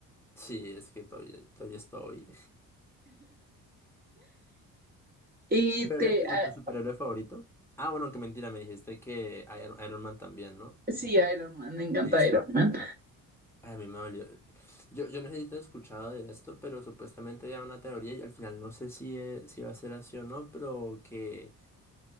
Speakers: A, in the centre; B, on the right.
A: Sí, es que todavía, todavía estoy.
B: Y
A: ¿Verdad?
B: te,
A: ¿Y tu,
B: ah,
A: y tu superhéroe favorito? Ah, bueno, que mentira, me dijiste que Iron, Iron Man también, ¿no?
B: sí, Iron Man, me encanta
A: Listo.
B: Iron Man.
A: Ay, a mí me dolió. Yo, yo no sé si te has escuchado de esto, pero supuestamente había una teoría y al final no sé si, eh, si va a ser así o no, pero que,